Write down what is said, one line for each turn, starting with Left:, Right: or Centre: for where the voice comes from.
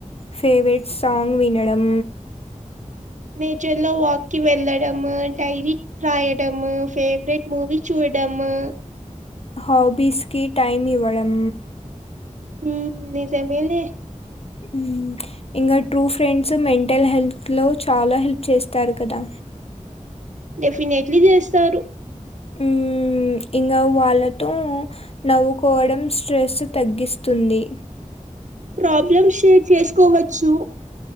Left: ఫేవరెట్ సాంగ్ వినడం.
Right: నేచర్ లో వాక్కిి వెళ్ళడ డైరీ రాయడం ఫేవరెట్ మూవీ చూడ. డాము.
Left: హాబీస్ కి టైమ్ ఇవ్వడం.
Right: ఉమ్ నిజమేలే.
Left: ఉమ్ ఇంకా ట్రూ ఫ్రెండ్స్ మెంటల్ హెల్త్ లో చాలా హెల్ప్ చేస్తారు కదా.
Right: డెఫినెట్లీ చేస్తారు.
Left: ఉమ్. ఇంకా వాళ్ళతో నవ్వుకోవడం స్ట్రెస్ తగ్గిస్తుంది.
Right: ప్రాబ్లమ్స్ షేర్ చేసుకోవచ్చు.